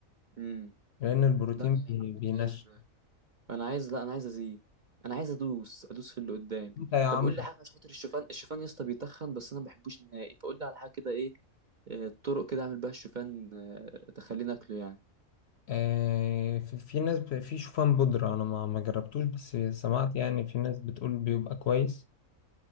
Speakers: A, on the right; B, on the left.
A: امم
B: لان البروتين
A: لا يا
B: بي-
A: عم
B: بينشف
A: أنا عايز انا عايز لا انا عايز ازيد انا عايز ادوس ادوس في اللي قدامي
B: انت يا
A: طب
B: عم
A: قول لي حاجه عشان خاطر الشوفان الشوفان يا اسطى بيتخن بس انا ما بحبوش نهائي فقول لي على حاجه كده ايه آه، طرق كده اعمل بيها الشوفان آه، تخليني اكله يعني
B: آه، في في ناس ب- في شوفان بودرة انا ما ما جربتوش بس سمعت يعني في ناس بتقول بيبقى كويس